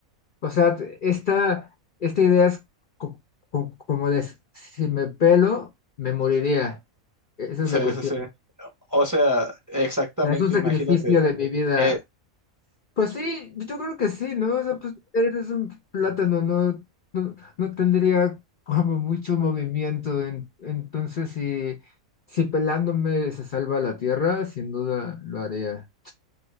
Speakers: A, on the left; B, on the right.
A: O sea, t- esta, esta idea es co- co- como de s- si me pelo, me moriría. Esa
B: Sí,
A: es la cuestión.
B: sí, sí.
A: O
B: O sea, exactamente,
A: sea, Es un sacrificio
B: imagínate.
A: de mi vida
B: Eh,
A: Pues sí, yo creo que sí, ¿no? O sea, pues eres un plátano, no, no, no tendría como mucho movimiento. en- entonces, si, si pelándome se salva la tierra, sin duda lo haría.